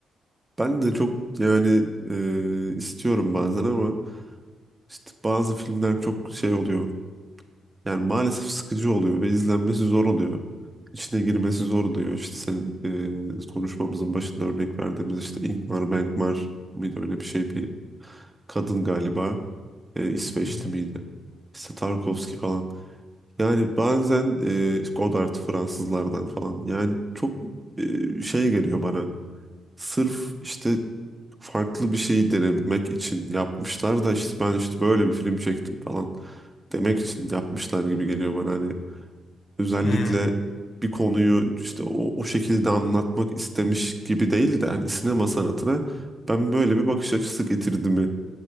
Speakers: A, on the right; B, on the left.
A: Ben de çok yani e, istiyorum bazen ama işte bazı filmler çok şey oluyor. Yani maalesef sıkıcı oluyor ve izlenmesi zor oluyor. İçine girmesi zor oluyor. İşte sen e, konuşmamızın başında örnek verdiğimiz işte Ingmar Bergman mıydı öyle bir şey bir kadın galiba. E, İsveçli
B: Hı hı.
A: miydi? İşte Tarkovski falan. Yani bazen e, Godard Fransızlardan falan. Yani çok e, şey geliyor bana. sırf işte farklı bir şeyi denemek için yapmışlar da işte ben işte böyle bir film çektim falan demek için yapmışlar gibi geliyor bana. Hani özellikle
B: Hmm.
A: bir konuyu işte o, o şekilde anlatmak istemiş gibi değil de hani sinema sanatına ben böyle bir bakış açısı getirdiğimi